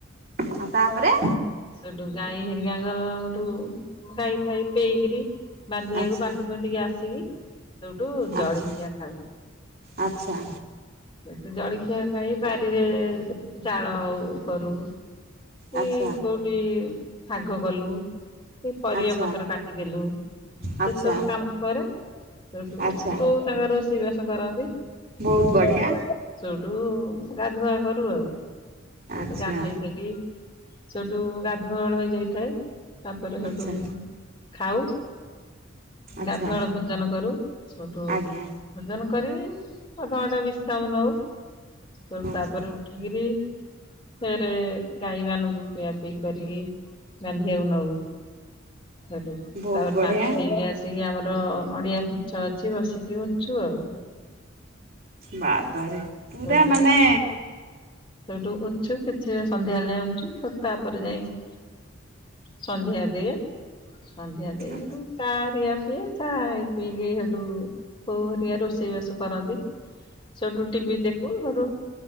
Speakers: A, on the right (about 50°); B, on the left (about 25°).
A: ହ ତାପରେ।
B: ସେଠୁ ଗାଈ ହିରିକାଙ୍କର ସେଠୁ ଗାଈ ଫାଇ ପେଇକିରି ବାନ୍ଧିିବାକୁ
A: ଆଚ୍ଛା
B: ବାନ୍ଧି ଫୁଧିକି ଆସିକି ସେଠୁ
A: ଆଚ୍ଛା
B: ଜଳିଖିଆ ଖାଉ।
A: ଆଚ୍ଛା।
B: ସେଠୁ ଜଳଖିଆ ଖାଇ ବାରିରେ ଜାଳ ଉ କରୁ। ସେ
A: ଆଚ୍ଛା
B: କୋଉଠି ଶାଗ କଲୁ। ସେ ପରିବା
A: ଆଚ୍ଛା
B: ପତ୍ର କାଟିଦେଲୁ।
A: ଆଚ୍ଛା
B: ସେସବୁ କାମ ପରେ ସେଠୁ
A: ଆଚ୍ଛା।
B: ବୋଉ ତାଙ୍କର ରୋଷେଇ ବାସ କରନ୍ତି।
A: ବହୁତ ବଢ଼ିଆ
B: ସେଠୁ ସେଠୁ ଗାଧୁଆ କରୁ ଆଉ। ସେଠୁ
A: ଆଚ୍ଛା
B: ଗାଧେଇ ସାରି ସେଠୁ ଗାଧୁଆଳ ହେଇ ଯାଇଥାଏ। ତାପରେ ସେଠୁ
A: ଆଚ୍ଛା
B: ଖାଉ।
A: ଆଚ୍ଛା
B: ଗାଧୁଆଳ ଭୋଜନ କରୁ ସେଠୁ
A: ଆଜ୍ଞା
B: ଭୋଜନ କରି ନଅଟା ବିଶମ କାମ ନଉୁ।
A: ଆଚ୍ଛା
B: ତାପରେ ଉଠିକିରି ସେରେ ଗାଈ ମାନଙ୍କୁ ପିଆ ପିଇ କରିକି ବାନ୍ଧିବାକୁ ନଉ। ହେଠୁ
A: ବହୁତ
B: ତାପରେ
A: ବଢ଼ିଆ
B: ବାନ୍ଧି ଦେଇକି ଅସି ବସିକି ଆମର ନଡିଆ ପିଛ ଅଛି ବସିକି ବୁଛୁ ଆଉ।
A: ବାବାରେ। ପୁରା
B: ସେଠୁ
A: ମାନେ
B: ସେଠୁ ଉଛୁ କିଛି ସନ୍ଧ୍ୟାବେଳେ ଯାଇ ଉଛୁ ତାପରେ ଯାଇଛୁ। ସନ୍ଧ୍ୟା ଦେଇ ସନ୍ଧ୍ୟା ଦେଇ
A: ଆଚ୍ଛା
B: ଗଟୁ ଚା ହାରଆ ପିଇଏ ଚା ପିଇକି ସେଠୁ ବୋଉ ହରିଆ ରୋଷେଇବାସ କରନ୍ତି। ସେଠୁ ଟିଭି ଦେଖୁ ହେଡୁ